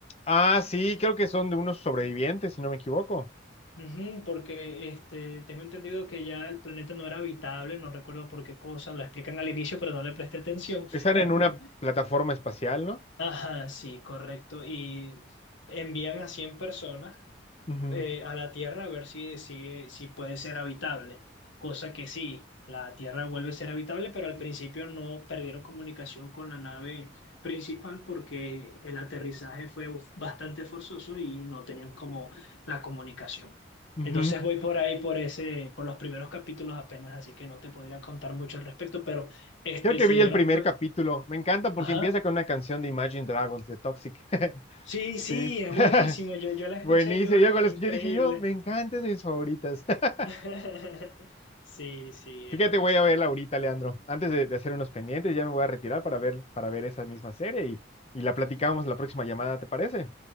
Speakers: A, on the left (about 30°); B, on the left (about 75°).
A: Ah, sí, creo que son de unos sobrevivientes, si no me equivoco.
B: Ujú, porque este, tengo entendido que ya el planeta no era habitable, no recuerdo por qué cosa, lo explican al inicio, pero no le presté atención.
A: Están
B: <laughs>
A: en una plataforma espacial, ¿no?
B: Ajá, sí, correcto. Y envían a 100 personas
A: Ujú,
B: eh, a la Tierra a ver si, si, si puede ser habitable. Cosa que sí, la Tierra vuelve a ser habitable, pero al principio no perdieron comunicación con la nave principal porque el aterrizaje fue bastante forzoso y no tenían como la comunicación.
A: ujú.
B: Entonces voy por ahí, por ese, por los primeros capítulos apenas, así que no te podría contar mucho al respecto, pero este,
A: Creo que
B: se
A: vi
B: dieron
A: el primer
B: cuenta.
A: capítulo. Me encanta porque
B: Ajá.
A: empieza con una canción de Imagine Dragons, de Toxic. <laughs>
B: Sí,
A: Sí.
B: sí, es
A: <laughs>
B: buenísimo. Yo, yo la escuché
A: Buenísimo.
B: y yo, ay,
A: Yo, cuando la
B: increíble.
A: escuché dije yo, me encanta es de mis favoritas. <laughs>
B: <laughs> Sí, sí,
A: Fíjate,
B: es demasiado.
A: voy a verla ahorita, Leandro. Antes de, de hacer unos pendientes, ya me voy a retirar para ver, para ver esa misma serie y, y la platicamos la próxima llamada, ¿te parece?